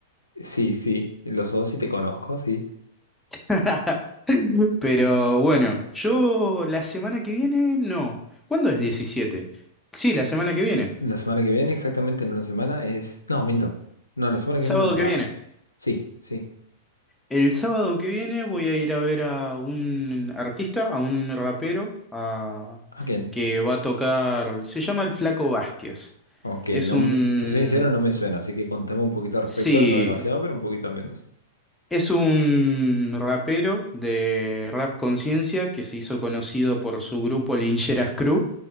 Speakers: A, on the left; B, in the centre.
A: Sí, sí, los dos sí te conozco, sí.
B: <laughs> Pero bueno, yo la semana que viene, no. ¿Cuándo es 17? Sí, la semana que viene.
A: La semana que viene, exactamente en una semana, es... No, miento. No, la semana que
B: Sábado
A: viene no, la...
B: que viene.
A: Sí, sí.
B: El sábado que viene voy a ir a ver a un artista, a un rapero, a...
A: ¿A quién?
B: que va a tocar. Se llama El Flaco Vázquez.
A: Aunque
B: Es
A: no,
B: un...
A: me- te soy sincero, no me suena, así que contame un poquito al respecto,
B: Sí,
A: no demasiado, pero un poquito al menos.
B: Es un rapero de Rap Conciencia que se hizo conocido por su grupo Lincheras Crew.